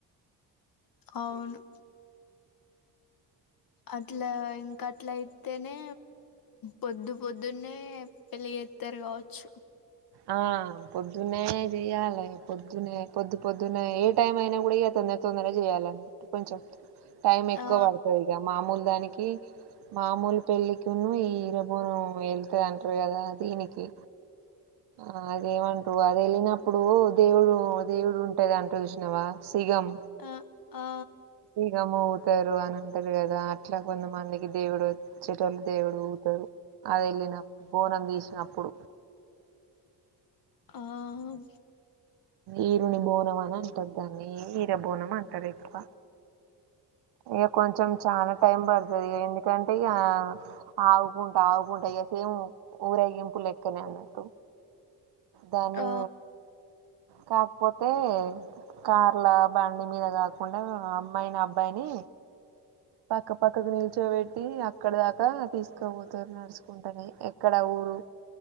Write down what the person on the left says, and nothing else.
అవును అట్ల ఇంకా అట్ల అయితేనే పొద్దు పొద్దునే పెళ్లిచేతరు కావచ్చు
ఆ
ఆ ఆ
ఆ అవును
ఆ